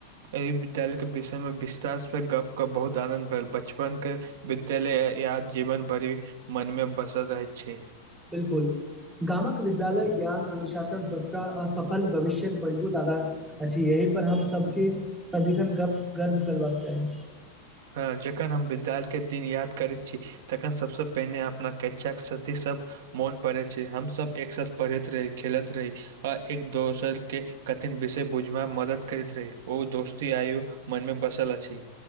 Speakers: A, on the right; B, in the centre.
A: एहि विद्यालयके विषयमें विस्तारसँ गपके बहुत आनन्द भेल बचपनके विद्यालय या जीवन भरि मन में बसल रहैत छै
B: बिलकुल गामक विद्यालय ज्ञान अनुशासन संस्कार आ सफल भविष्य्यक मजबूत आधार अछि यही पर हम सबके सदिखन गप गर्व करबाक चाही
A: हँ जखन हम विद्यालय के दिन याद करैत छी तखन सबस पहिने अपना कैचा सती सब मोन पड़ै छै हमसब एक साथ पढ़ैत रही खेलैत रही आ एक दोसर के कठिन विषय बुझब में मदद करैत रही ओ दोस्ती आयौ मनमे बसल अछि